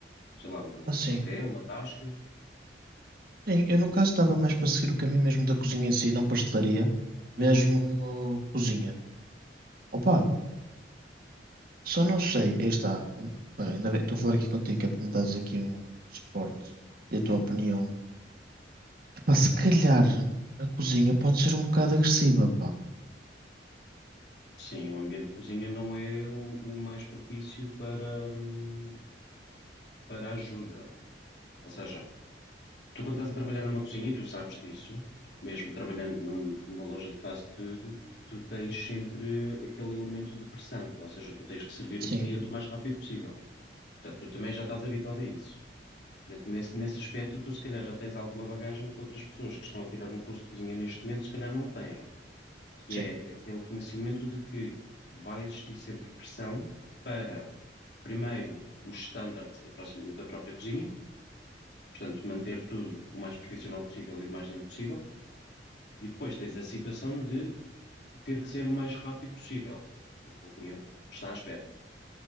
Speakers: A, on the left (about 70°); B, on the right (about 55°).
A: Sei lá, um
B: Assim,
A: café, uma tasca.
B: sim, eu no caso estava mais para seguir o caminho mesmo da cozinha em si, não pastelaria,
A: Uhum,
B: mesmo uh, cozinha. Opa, só não sei, aí está. Hum, pá, ainda bem, estou a falar aqui contigo, que é para me dares aqui um suporte e a tua
A: uhum.
B: opinião. Pá, se calhar a cozinha pode ser um bocado agressiva, pá.
A: Sim, o ambiente de cozinha não é o, o mais propício para, hum, para ajuda. Ou seja, Tu, quando estás a trabalhar numa cozinha, e tu sabes disso, mesmo trabalhando num- numa loja de fast food, tu tens sempre aquele elemento de pressão, ou seja, tu tens que servir
B: Sim,
A: o cliente o mais rápido possível. Portanto, tu também já estás habituado a isso. Portanto, Nesse, nesse aspecto, tu se calhar já tens alguma bagagem que outras pessoas que estão a tirar um curso de cozinha neste momento, se calhar não têm, que
B: sim,
A: é aquele conhecimento de que vai existir sempre pressão para, primeiro, os standards da próxima- da própria cozinha, portanto, manter tudo o mais profissional possível e o mais limpo possível E depois tens a situação de ter que ser o mais rápido possível, porque o cliente está à espera.